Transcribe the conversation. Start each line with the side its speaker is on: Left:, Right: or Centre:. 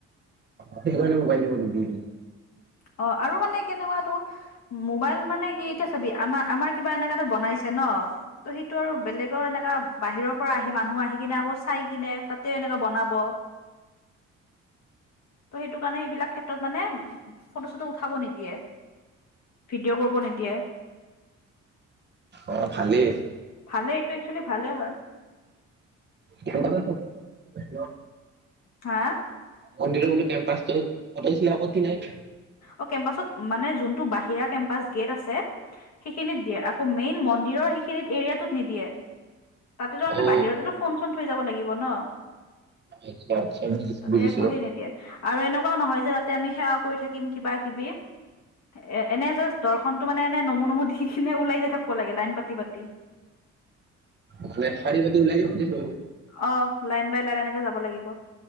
Right: সেইকাৰণে মোবাইল দিব নিদি
Left: অ, আৰু মানে কেনেকুৱাটো মোবাইল মানে কি এতিয়া চাবি আমাৰ আমাৰ কিবা এনেকা এটা বনাইছে ন? ত সেইটো আৰু বেলেগৰ এনেকা বাহিৰৰ পৰা আ আহি মানুহ আহি কিনে আকৌ চাই কিনে তাতে এনেকা বনাব। ত' সেইটো কাৰণে এইবিলাক ক্ষেত্ৰত মানে ও ফটো চটো উঠাব নিদিয়ে। ভিডিঅ' কৰিব নিদিয়ে।
Right: অঁ, খালি?
Left: ভালেই এইটো একচুৱেলি ভালে হয়।
Right: এ <unintelligible>
Left: হা।
Right: মন্দিৰৰ বুলো কম্পছটোত, ফটো ওঠিলে আপত্তি নাই।
Left: অ' কেম্পাচত মানে যোনটো বাহিৰা কেম্পাচ গেট আছে সেইখিনিত দিয়ে। আ আকৌ মেইন মন্দিৰৰ সেইখিনিত এৰিয়াটোত নিদিয়ে। তাতেতো আমি
Right: অ
Left: বাহিৰতেতো ফোন চোন থৈ যাব লাগিব ন।
Right: আচ্ছা আচ্ছা বুজিছো
Left: তাতে
Right: বুজিছো।
Left: একো হেই নিদিয়ে। আৰু এনেকুৱাও নহয় যে তাতে আমি সেৱা কৰি থাকিম কিবা-কিবি এ এনে জাষ্ট দ ৰ্শনটো মানে এনে নমু নমু দি কিনে ওলাই যাই থাকব লাগে লাইন পাতি পাতি।
Right: মানে শাৰী পাতি ওলাই যাব লাগিব।
Left: অ লাইন বাই লাইন এনেকে যাব লাগিব।